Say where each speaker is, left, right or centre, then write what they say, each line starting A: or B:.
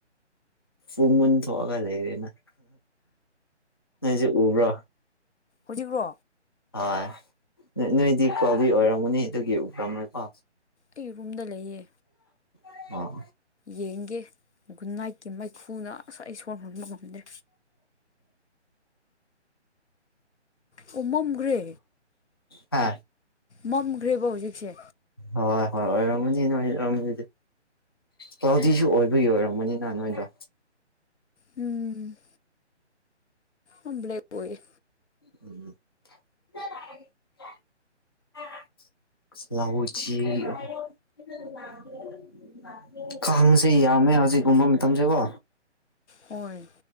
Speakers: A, on the left (about 20°); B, on the left (about 70°).
A: ꯐꯣꯡꯃꯟ ꯊꯣꯛꯑꯒ ꯂꯩꯔꯦꯅ ꯅꯣꯏꯖꯨ ꯎꯕ꯭ꯔꯣ
B: ꯍꯣꯖꯤꯛꯔꯣ
A: ꯍꯣꯏ ꯅꯣꯏ ꯅꯣꯏꯗꯤ ꯀ꯭ꯂꯥꯎꯗꯤ ꯑꯣꯏꯔꯝꯒꯅꯤ ꯑꯗꯨꯒꯤ ꯎꯔꯝꯔꯣꯏꯀꯣ
B: ꯑꯩ ꯔꯨꯝꯗ ꯂꯩꯌꯦ
A: ꯑꯣ
B: ꯌꯦꯡꯒꯦ ꯒꯨꯟꯅꯥꯏꯠꯀꯤ ꯃꯩꯈꯨꯅ ꯑꯁ ꯑꯩ ꯁꯣꯔ ꯍꯣꯟꯕ ꯉꯝꯗꯦ ꯑꯣ ꯃꯝꯒ꯭ꯔꯦ
A: ꯍꯥ
B: ꯃꯝꯒ꯭ꯔꯦꯕ ꯍꯧꯖꯤꯛꯁꯦ
A: ꯍꯣꯏ ꯍꯣꯏ ꯑꯣꯏꯔꯝꯒꯅꯤ ꯅꯣꯏꯔꯣꯝꯗꯗꯤ ꯀ꯭ꯂꯥꯎꯗꯤꯁꯨ ꯑꯣꯏꯕꯩ ꯑꯣꯏꯔꯝꯒꯅꯤꯅ ꯅꯣꯏꯗꯣ
B: ꯎꯝ ꯑꯝ ꯕ꯭ꯂꯦꯛ ꯑꯣꯏꯌꯦ
A: ꯎꯝ <unintelligible> <unintelligible> ꯀꯥꯡꯖꯦ ꯌꯥꯝꯃꯦ ꯍꯧꯖꯤꯛꯀꯨꯝꯕ ꯃꯇꯝꯁꯦꯀꯣ
B: ꯍꯣꯏ